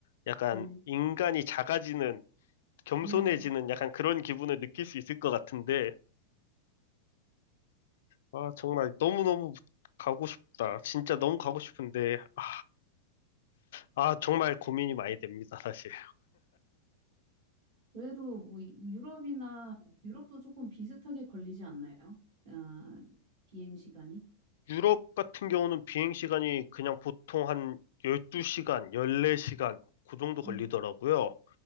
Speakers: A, on the left; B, on the right.
A: 약간
B: 네.
A: 인간이 작아지는, 겸손해지는
B: 네,
A: 약간 그런 기분을 느낄 수 있을 것 같은데, 아, 정말 너무너무 가고 싶다. 진짜 너무 가고 싶은데, 아, 아, 정말 고민이 많이 됩니다, 사실.
B: 그래도 뭐 유럽이나 유럽도 조금 비슷하게 걸리지 않나요? 아, 비행 시간이?
A: 유럽 같은 경우는 비행 시간이 그냥 보통 한 12시간, 14시간, 그 정도 걸리더라고요.
B: 음,